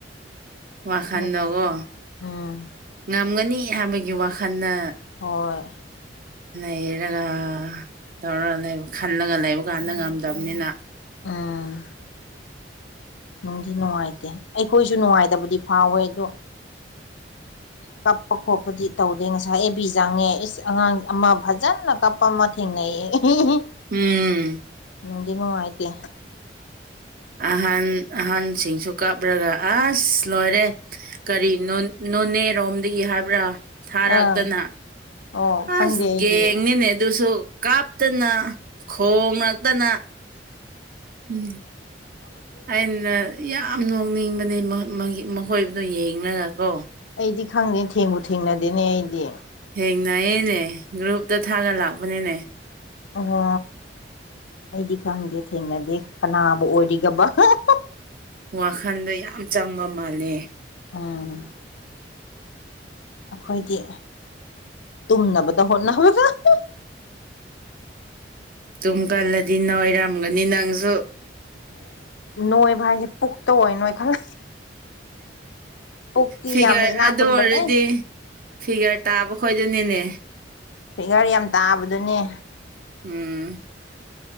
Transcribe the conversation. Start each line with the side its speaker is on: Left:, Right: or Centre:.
Right: ꯋꯥꯈꯜꯗꯣꯒꯣ
Left: ꯅꯨꯡꯉꯥꯏꯇꯕꯅꯦ ꯎꯝ
Right: ꯉꯝꯒꯅꯤ ꯍꯥꯏꯕꯒꯤ ꯋꯥꯈꯜꯅ
Left: ꯍꯣꯏ
Right: ꯂꯩꯔꯒꯥ ꯇꯧꯔ ꯂꯩꯕ ꯈꯜꯂꯒ ꯂꯩꯕ ꯀꯥꯟꯗ ꯉꯝꯗꯕꯅꯤꯅ
Left: ꯑꯥꯑꯪ ꯅꯨꯡꯗꯤ-ꯅꯨꯡꯉꯥꯏꯇꯦ ꯑꯩꯈꯣꯏꯖꯨ ꯅꯨꯡꯉꯥꯏꯇꯕꯗꯤ ꯐꯥꯎꯋꯦꯗꯣ
Right: INAUDIBLE
Left: ꯀꯞꯄ- ꯈꯣꯠꯄꯗꯤ ꯇꯧꯗꯦ ꯉꯁꯥꯏ ꯑꯦꯕꯤ ꯆꯥꯡꯉꯦ ꯏꯁ ꯑꯉꯥꯡ ꯑꯃ ꯐꯖꯅꯀꯞꯄ ꯑꯃ ꯊꯦꯡꯅꯩꯌꯦ ꯏꯍꯦ-ꯏꯍꯤꯡ
Right: ꯎꯝ
Left: ꯅꯨꯡꯗꯤ-ꯅꯨꯡꯉꯥꯏꯇꯦ
Right: ꯑꯍꯟ ꯑꯍꯟꯁꯤꯡꯁꯨ ꯀꯥꯞꯔꯒ ꯑꯥꯁ ꯂꯣꯏꯔꯦ ꯀꯔꯤꯅꯣ ꯅꯣꯅꯦꯔꯣꯝꯗꯒꯤ ꯍꯥꯏꯕ꯭ꯔꯥ ꯊꯥꯔꯛꯇꯅ
Left: ꯑꯥ ꯑꯣ ꯈꯪꯗꯦ
Right: ꯑꯥꯁ
Left: ꯑꯩꯗꯤ
Right: ꯒꯦꯡꯅꯤꯅꯦ ꯑꯗꯨꯁꯨ ꯀꯥꯞꯇꯥꯅ- ꯈꯣꯡꯂꯛꯇꯥꯅ꯭ ꯎꯪꯝ ꯑꯩꯅ ꯌꯥꯝ ꯅꯣꯛꯅꯤꯡꯕꯅꯦ ꯃꯥꯒꯤ ꯃꯈꯣꯏꯗꯣ ꯌꯦꯡꯅꯔꯀꯣ
Left: ꯑꯩꯗꯤ ꯈꯪꯗꯦ ꯊꯦꯡꯕꯨ- ꯊꯦꯡꯅꯗꯦꯅꯦ ꯑꯩꯗꯤ
Right: ꯊꯦꯡꯅꯩꯌꯦꯅꯦ ꯒ꯭ꯔꯨꯞꯇ ꯊꯥꯒ ꯂꯥꯛꯄꯅꯦꯅꯦ
Left: ꯑꯣꯍꯣ ꯑꯩꯗꯤ ꯈꯪꯗꯦ ꯊꯦꯡꯅꯗꯦ ꯀꯅꯥꯕꯨ ꯑꯣꯏꯔꯤꯒꯕ ꯑꯥꯍꯥ
Right: ꯋꯥꯈꯜꯗ ꯌꯥꯝꯆꯪꯕ ꯃꯥꯜꯂꯦ
Left: ꯑꯣꯡꯑꯣꯡ ꯑꯩꯈꯣꯏꯗꯤ ꯇꯨꯝꯅꯕꯗ ꯍꯣꯠꯅꯕꯗ ꯑꯥꯍ ꯍꯥ
Right: ꯇꯨꯝꯒꯜꯂꯗꯤ ꯅꯣꯏꯔꯝꯒ ꯅꯤ ꯅꯪꯖꯨ
Left: ꯅꯣꯏꯕ ꯍꯥꯏꯖꯦ ꯄꯨꯛꯇ ꯑꯣꯏ ꯅꯣꯏꯈꯠꯂ ꯄꯨꯛꯇꯤ
Right: ꯐꯤꯒꯔ
Left: ꯌꯥꯝꯅ ꯏꯅꯥꯛ
Right: ꯑꯗꯨ
Left: ꯈꯨꯟꯕꯅꯦ
Right: ꯑꯣꯏꯔ ꯗꯤ ꯐꯤꯒꯔ ꯇꯥꯕꯨ ꯍꯣꯏꯗꯨꯅꯤꯅꯦ
Left: ꯐꯤꯒꯔ ꯌꯥꯝ ꯇꯥꯕꯗꯨꯅꯦ
Right: ꯎꯪꯎꯪ